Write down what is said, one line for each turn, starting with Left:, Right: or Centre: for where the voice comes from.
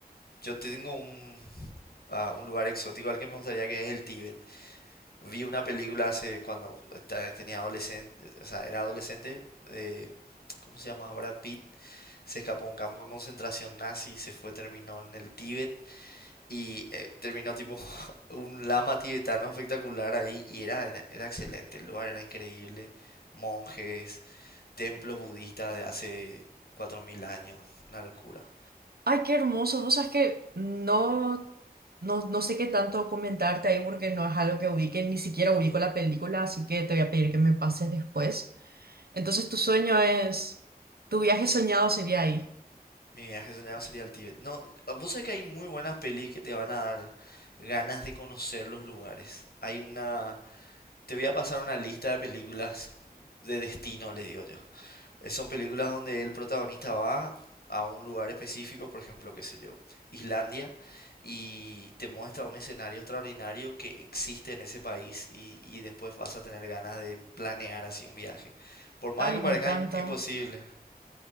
Left: yo tengo un, ah, un lugar exótico al que me gustaría que es el Tíbet. Vi una película hace cuando esta- tenía adolescente, o sea, era adolescente, eh, ¿cómo se llama? Brad Pitt. Se escapó a un campo de concentración nazi, se fue, terminó en el Tíbet y eh, terminó tipo <laughs> un lama tibetano espectacular ahí y era, era, era excelente, el lugar era increíble. Monjes, templos budistas de hace 4000 años, una locura.
Right: Ay, qué hermoso. Vos sabés que no, no, no sé qué tanto comentarte ahí porque no es algo que ubique, ni siquiera ubico la película, así que te voy a pedir que me pases después. Entonces, tu sueño es, tu viaje soñado sería ahí.
Left: Mi viaje soñado sería el Tíbet. No, vos sabés que hay muy buenas pelis que te van a dar ganas de conocer los lugares. Hay una... Te voy a pasar una lista de películas de destino, le digo yo. Eh, Son películas donde el protagonista va a un lugar específico, por ejemplo, qué sé yo, Islandia, y te muestra un escenario extraordinario que existe en ese país y, y después vas a tener ganas de planear así un viaje. Por más
Right: Ay,
Left: que
Right: me
Left: parezca
Right: encanta.
Left: im- imposible.